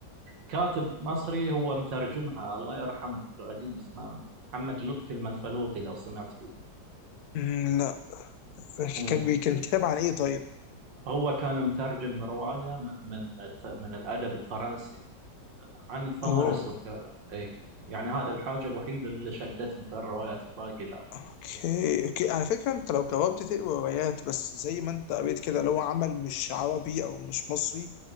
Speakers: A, on the right (about 75°); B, on the left (about 70°).
A: كاتب مصري هو مترجمها الله يرحمه قديم اسمه محمد لطفي المنفلوطي لو سمعت فيه
B: مم، لا
A: مم.
B: كان بي كان كتاب عن ايه طيب
A: هو كان مترجم رواية م- من من الأدب الفرنسي عن فارس
B: اوه
A: وكذا إي يعني هذا الحاجة الوحيدة اللي شدتني في الروايات الباقي لا
B: اوكي اوكي على فكره انت لو جربت تقرا روايات بس زي ما انت قريت كده لو عمل مش عربي او مش مصري